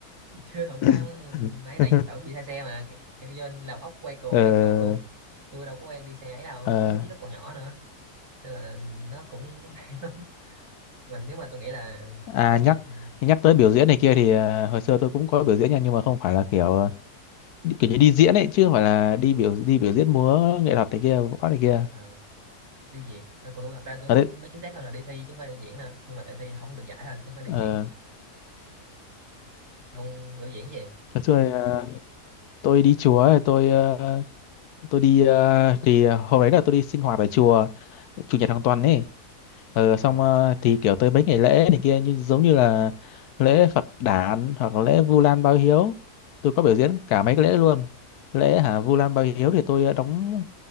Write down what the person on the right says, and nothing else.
chứ không
có nãy tại vì đỡ bị say xe mà cái dân làm ốc quay cuồng
quay cuồng luôn tôi đâu có quen đi xe ấy đâu
lúc đó dưới lớp còn nhỏ nữa nên là nó cũng <laughs> hay lắm mình nếu mà tôi nghĩ là
có dịp
ừ,
à, đi diễn à, còn tôi thật ra tôi,
chúng nó chính xác hơn là đi thi chứ không phải đi diễn nữa nhưng mà tại thi không được giải thôi chứ không phải đi
diễn ông ngữ diễn gì
Ờ.